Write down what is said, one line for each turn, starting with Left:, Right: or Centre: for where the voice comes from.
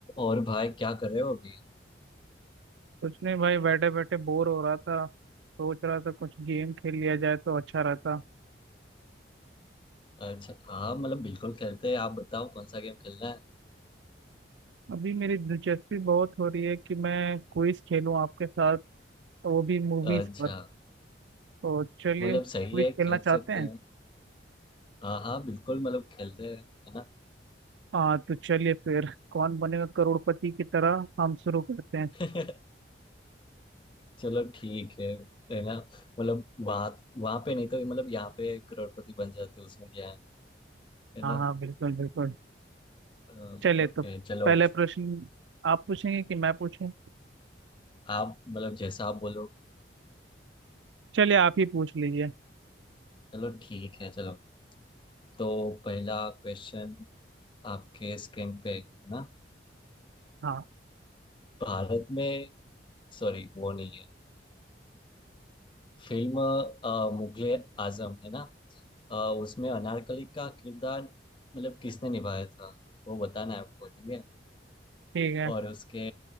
Left: और भाई क्या कर रहे हो अभी
Right: कुछ नहीं भाई बैठे बैठे बोर हो रहा था सोच रहा था कुछ गेम खेल लिया जाए तो अच्छा रहता
Left: अच्छा हाँ मतलब बिल्कुल खेलते हैं आप बताओ कौन सा गेम खेलना है
Right: अभी मेरी दिलचस्पी बहुत हो रही है कि मैं क्विज खेलूं आपके साथ वो भी मूवीज
Left: अच्छा
Right: पर तो चलिए
Left: मतलब
Right: क्विज
Left: सही है
Right: खेलना
Left: खेल
Right: चाहते
Left: सकते
Right: हैं
Left: हैं हाँ हाँ बिल्कुल मतलब खेलते हैं है ना
Right: हाँ तो चलिए फिर कौन बनेगा करोड़पति की तरह हम शुरू करते हैं
Left: <laughs> चलो ठीक है है ना मतलब वहाँ वहाँ पे नहीं तो मतलब यहाँ पे करोड़पति बन जाते उसमें क्या है है
Right: हाँ
Left: ना
Right: हाँ बिल्कुल बिल्कुल
Left: अ,
Right: चलिए
Left: ओके
Right: तो
Left: चलो
Right: पहला प्रश्न आप पूछेंगे कि मैं पूछूं
Left: आप मतलब जैसा आप बोलो
Right: चलिए आप ही पूछ लीजिए
Left: चलो ठीक है चलो तो पहला क्वेश्चन आपके स्क्रीन पे है ना
Right: हाँ
Left: भारत में सॉरी वो नहीं है फिल्म अ, मुगले आजम है ना अ, उसमें अनारकली का किरदार मतलब किसने निभाया था वो बताना है आपको ठीक है
Right: ठीक है
Left: और उसके